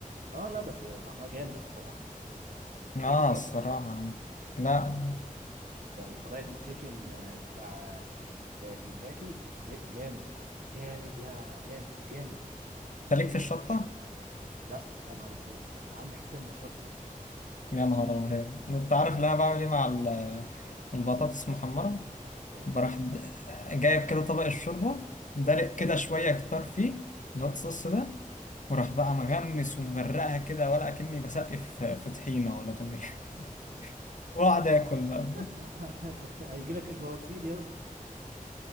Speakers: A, on the right; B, on the left.
A: اه لا بس بيبقى طعمها جامد الصراحه
B: اه
A: تنكر
B: الصراحة يعني لا انت
A: ده الفرايدي تشيكن آه، بتاع آه، كنتاكي ج- جامد جامد يا جامد جامد
B: ليك
A: كنت
B: في الشطة
A: لا يا نهار اسود عندي حساسيه من الشطه
B: يا نهار ابيض انت عارف
A: انا
B: اللي انا بعمل ايه مع ال- البطاطس المحمرة
A: بتعمل
B: بروح
A: ايه
B: د- جايب كده طبق الشوربة دلق كده شوية كتار فيه الهوت صوص ده وراح بقى مغمس ومغرقها كده ولا اكني بسقف في طحينة ولا طمية <laughs> واقعد اكل بقى
A: <laughs> هيجي لك البواسير يا اسطى